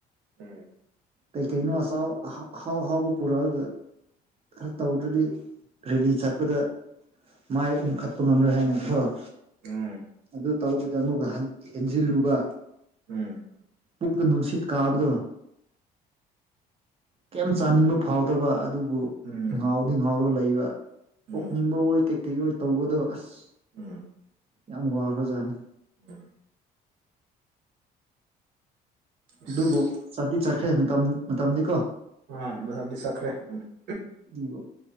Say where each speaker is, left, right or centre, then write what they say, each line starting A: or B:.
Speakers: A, on the right; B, on the right.
A: ꯎꯝ
B: ꯀꯩ ꯀꯩꯩꯅꯣ ꯑꯁꯥꯎ ꯍꯥꯎ ꯍꯥꯎꯕ ꯄꯨꯔꯛ ꯈꯔ ꯇꯧꯗ꯭ꯔꯗꯤ ꯔꯦꯂꯤ ꯆꯠꯄꯗ ꯃꯥꯏ
A: ꯎꯝ
B: ꯎꯪꯈꯠꯄ ꯉꯝꯂꯣꯏ ꯍꯥꯏꯅꯠꯇꯔꫭ
A: ꯎꯝ
B: ꯑꯗꯨ ꯇꯧꯕ ꯗ ꯑꯃꯨꯛꯀ ꯍꯟ ꯍꯦꯟꯖꯤꯜꯂꯨꯕ
A: ꯎꯝ
B: ꯄꯨꯛꯇ ꯅꯨꯡꯁꯤꯠ ꯀꯥꯕꯗꯣ ꯀꯩꯝ ꯆꯥꯅꯤꯡꯕ ꯐꯥꯎꯗꯕ ꯑꯗꯨ ꯑꯗꯨꯕꯨ
A: ꯎꯝ
B: ꯉꯥꯎꯗꯤ ꯉꯥꯎꯔꯒ ꯂꯩꯕ
A: ꯎꯝ
B: ꯅꯤꯡꯕ ꯑꯣꯏ ꯀꯩꯀꯩ ꯑꯣꯏ ꯇꯧꯕꯗꯣ ꯑꯁ
A: ꯎꯝ
B: ꯌꯥꯝ ꯋꯥꯈ꯭ꯔꯖꯥꯠꯅꯤ
A: ꯎꯝ ꯑꯁ
B: ꯑꯗꯨꯕꯨ ꯆꯗꯤꯤ ꯆꯠꯈ꯭ꯔꯦ ꯃꯇꯝ ꯃꯇꯝꯗꯤ ꯀꯣ
A: ꯑ ꯃ ꯃꯤ ꯆꯈ꯭ꯔꯦ ꯎ
B: ꯌꯕ